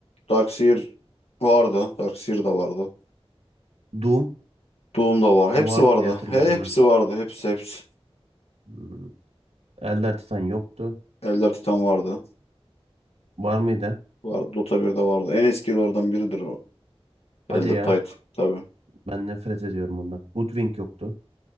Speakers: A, on the left; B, on the right.
A: Darkseer vardı. Darkseer de vardı.
B: Doom.
A: Doom da var. Hepsi
B: Bu vardı
A: vardı.
B: diye hatırlıyorum
A: Hepsi
B: ben.
A: vardı. Hepsi hepsi.
B: Hmm. Elder Titan yoktu.
A: Elder Titan vardı.
B: Var mıydı?
A: Vardı. Dota birde vardı. En eski hero'lardan biridir o.
B: Hadi
A: Elder
B: ya.
A: Titan. Tabii.
B: Ben nefret ediyorum ondan. Hoodwink yoktu.